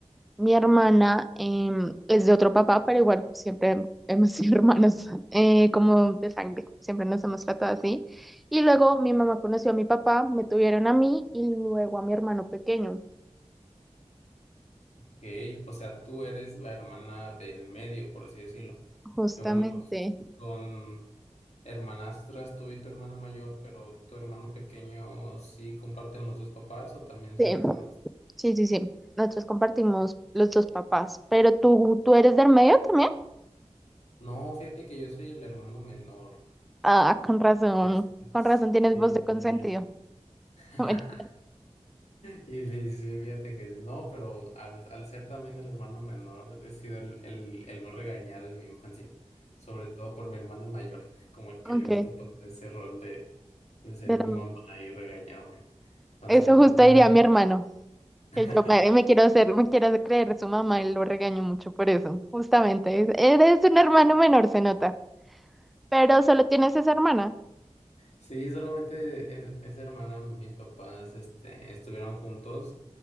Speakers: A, in the centre; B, on the left.
A: mi hermana em, es de otro papá, pero igual siempre hemos sido <laughs> hermanos eh, como de sangre, siempre nos hemos tratado así. Y luego mi mamá conoció a mi papá, me tuvieron a mí y luego a mi hermano pequeño,
B: Ok, O sea, tú eres la hermana del medio, por así decirlo.
A: justamente.
B: Que bueno, son hermanastras tú y tu hermana mayor, pero tu hermano pequeño sí comparten los dos papás o también
A: Sí,
B: son hermanas.
A: sí, sí, sí. Nosotros compartimos los dos papás, pero tú, ¿tú eres del medio también?
B: No, fíjate que yo soy el hermano menor.
A: Ah, con razón,
B: Este,
A: con
B: sí.
A: razón tienes voz de consentido. <laughs>
B: <laughs>
A: No, mentira.
B: Y sí, sí, fíjate que sí, no, pero al, al ser también el hermano menor, he sido el, el, el más regañado en mi infancia, sobre todo por mi hermana mayor, <laughs> como que
A: Ok,
B: le gusta
A: de
B: tomar ese rol de, de ser
A: la-
B: mi mamá y regañarme. Entonces,
A: eso
B: pues
A: justo
B: nada.
A: diría mi hermano,
B: <laughs>
A: que yo me, me quiero hacer, me quiero hacer creer su mamá y lo regaño mucho por eso, justamente. es- Eres un hermano menor, se nota, pero solo tienes esa hermana.
B: Sí, solamente es- esa hermana, mis papás, este, estuvieron juntos